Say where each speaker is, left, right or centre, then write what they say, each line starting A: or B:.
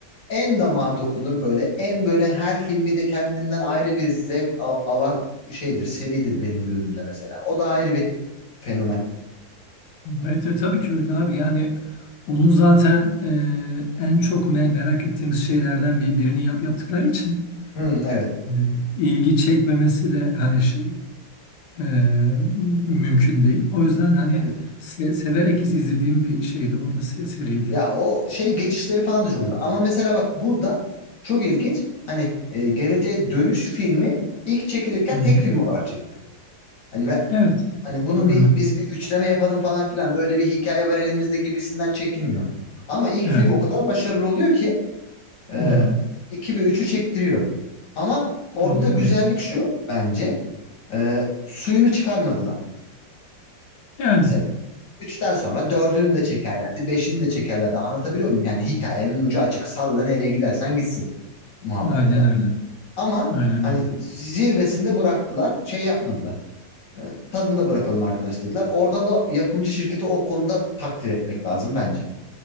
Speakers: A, on the left; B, on the left.
A: en damağa dokunur böyle. En böyle her filmi de kendinden ayrı bir zevk al- alan şeydir, seridir benim gözümde mesela. O da ayrı bir fenomen.
B: Evet e, tabii ki öyle abi yani onu zaten e, en çok me- merak ettiğimiz şeylerden bir birini yap yaptıkları için
A: Hmm, evet.
B: e, ilgi çekmemesi de hani şey e, mümkün değil. O yüzden hani
A: Evet.
B: se- severek iz- izlediğim bir şeydi o da se- seriydi.
A: Ya o şey geçişleri falan da çok güzel. Ama mesela bak burada çok ilginç. Hani e, Geleceğe Dönüş filmi ilk çekilirken
B: Hı.
A: tek film olarak çekiliyor. Hani ve
B: Evet.
A: hani bunu
B: Hı,
A: bir biz bir üçleme yapalım falan filan böyle bir hikaye var elimizde gibisinden çekilmiyor. Ama ilk
B: evet.
A: film o kadar başarılı oluyor ki Ee,
B: Hı,
A: 2 ve üçü çektiriyor. Ama orada
B: aynen
A: da güzellik
B: öyle.
A: şu bence. Ee, suyunu çıkarmadılar.
B: Yani
A: Mesela 3'ten sonra dördünü de çekerlerdi. beşini de çekerlerdi. Anlatabiliyor muyum? Yani hikayenin ucu açık. Salla nereye gidersen gitsin muhabbeti
B: aynen
A: var.
B: öyle.
A: Ama
B: Aynen
A: hani
B: öyle.
A: zirvesinde bıraktılar. Şey yapmadılar. Ee, tadında bırakalım arkadaş dediler. Oradan da yapımcı şirketi o konuda takdir etmek lazım bence.